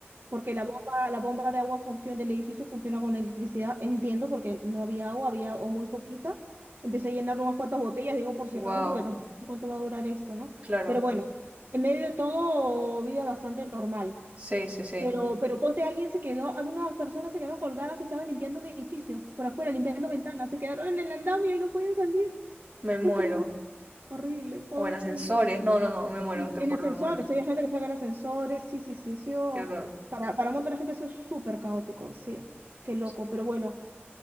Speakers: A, on the right (about 55°); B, on the right (about 30°).
A: porque la bomba, la bomba de agua funciona, del edificio funciona con electricidad, entiendo, porque no había agua, había o muy poquita. Empecé a llenar unas cuantas botellas, digo por si
B: Wow,
A: acaso, porque tampoco sé cuánto va a durar esto, ¿no?
B: claro.
A: Pero bueno, en medio de todo, vida bastante normal.
B: Sí, sí, sí.
A: Pero, pero ponte, alguien se quedó, algunas personas se quedaron colgadas que estaban limpiando un edificio por afuera, limpiando ventanas, se quedaron en el andamio y no podían salir.
B: Me muero.
A: ¿Puedes creerlo? Horrible, pobre
B: O en ascensores,
A: gente.
B: no, no, no, me muero,
A: Sí,
B: te
A: en
B: juro,
A: ascensores,
B: me muero.
A: había gente que se en ascensores, sí, sí, sí, ha sido,
B: Qué horror.
A: para, para un montón de gente ha sido súper caótico, sí, qué loco.
B: Sí,
A: Pero bueno,